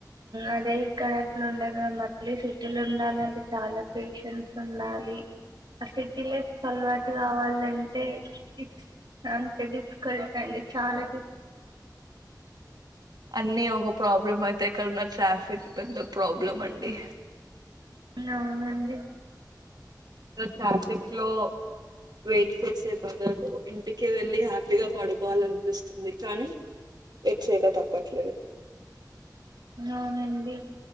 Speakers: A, on the right; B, on the right.
A: అదే ఇక్కడ అట్లా ఉండ కదా మళ్ళీ సిటీలో ఉండాలంటే చాలా పేషెన్ట్స్ ఉండాలి ఆ సి లేదు అలవాటు కావాలంటే స్ అంట డిఫ్కల్ల్ అండి చాలా
B: అన్నిీ ఒక ప్రాబ్లం అయితే ఎక్కడన్నా ట్రాఫిక్ పెద్ద ప్రాబ్లం అండి
A: అవునండి
B: ట్రాఫిక్ లో వెయిట్ చేసే బదలు ఇంటికి వెళ్లిి హ్యాపీగా పడుకోవాల అనిపిస్తుంది కానీ వెయిట్ చేయక తప్పట్లేదు
A: అవునండి